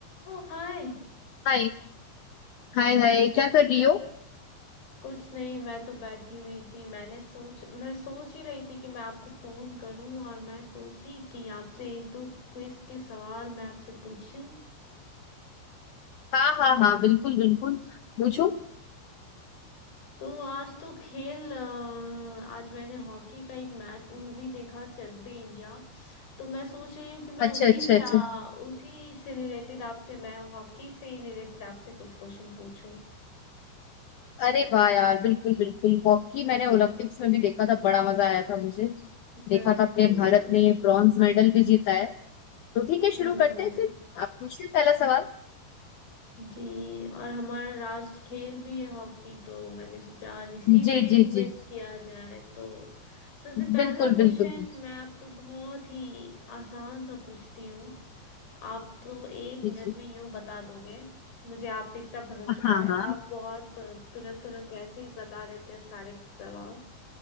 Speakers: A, on the left (about 55°); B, on the left (about 80°).
A: ओ hi
B: हाय हाय hi क्या कर रही हो
A: कुछ नहीं मैं तो बैठी हुई थी मैंने सोच मैं सोच ही रही थी कि मैं आपको फोन करूं और मैं सोची कि आपसे एक दो क्विज के सवाल मैं आपसे पूछूं
B: हाँ हाँ हाँ बिल्कुल बिल्कुल पूछो
A: तो आज तो खेल अ, आज मैंने हॉकी का एक मैच मूवी देखा चक दे इंडिया तो मैं सोच रही हूँ कि मैं
B: अच्छा
A: उसी
B: अच्छा
A: से
B: अच्छा
A: आ, उसी से रिलेटेड आपसे मैं हॉकी से ही रिलेटेड आपसे कुछ क्वेश्चन पूछूं
B: अरे वाह यार बिल्कुल बिल्कुल हॉकी मैंने ओलंपिक्स में भी देखा था बड़ा मजा आया था मुझे
A: बिल्कुल
B: देखा था अपने भारत ने ब्रॉन्ज मेडल भी जीता है तो ठीक है शुरू
A: हम्म
B: करते हैं फिर आप पूछिए पहला सवाल
A: जी और हमारा राष्ट्र खेल भी है हॉकी तो मैंने सोचा आज इसी
B: जी
A: पे
B: जी
A: क्विज
B: जी
A: किया जाए तो सबसे पहला
B: बिल्कुल
A: क्वेश्चन
B: बिल्कुल बिल्कुल
A: मैं आपको बहुत ही आसान सा पूछती हूँ आप तो एक
B: जी
A: मिनट
B: जी
A: में यूं बता दोगे मुझे आप पे इतना भरोसा
B: हाँ हाँ
A: है आप बहुत तुरंत तुरंत वैसे ही बता देते हो सारे जवाब